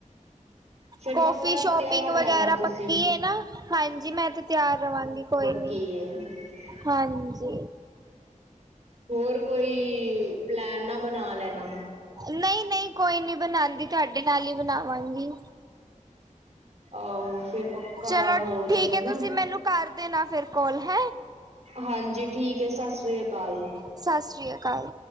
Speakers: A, on the right (about 55°); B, on the right (about 30°).
A: ਫਿਰ
B: ਕੋਫੀ,
A: ਪੱਕਾ
B: ਸ਼ੋਪਿੰਗ
A: ਤਿਆਰ ਰਹਿਣਾ
B: ਵਗੈਰਾ
A: ਤੁਸੀਂ
B: ਪੱਕੀ ਹੈ ਨਾ। ਹਾਂਜੀ, ਮੈਂ ਤੇ ਤਿਆਰ ਰਹਾਂਗੀ ਕੋਈ
A: ਕੀ-
B: ਨੀ। ਹਾਂਜੀ।
A: ਹੋਰ ਕੋਈ ਪਲੈਨ ਨਾ ਬਣਾ ਲੈਣਾ।
B: ਨਹੀਂ- ਨਹੀਂ ਕੋਈ ਨੀ ਬਣਾਉਂਦੀ ਤੁਹਾਡੇ ਨਾਲ ਹੀ ਬਣਾਵਾਂਗੀ।
A: ਆਹੋ ਫੇਰ ਪੱਕਾ
B: ਚਲੋ
A: ਹੋ ਜਾਵੇ
B: ਠੀਕ ਹੈ
A: ਨਾ।
B: ਤੁਸੀਂ ਮੈਨੂੰ ਕਰ ਦੇਣਾ ਫਿਰ ਕੋਲ। ਹੈ-
A: ਹਾਂਜੀ ਠੀਕ ਹੈ, ਸਤਿ ਸ੍ਰੀ ਅਕਾਲ‌।
B: ਸਤਿ ਸ਼੍ਰੀ ਅਕਾਲ।